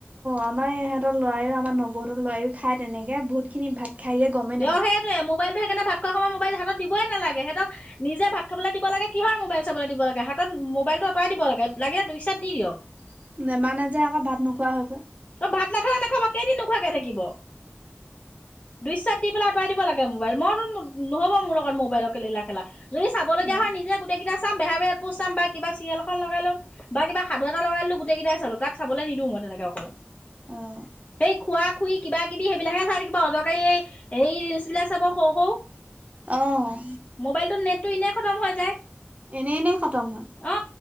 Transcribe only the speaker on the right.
আমাৰ ইহঁতৰ লৰাও আমাৰ নগ বহুতৰ লৰাইও খায় তেনেকে, বহুতখিনি ভাত খাই দিয়ে গমেই নাপায়
নে মানে যে আকৌ ভাত নোখোৱা হৈ গ
এ
অ',
অ',
এনেই-এনেই খতম হয়।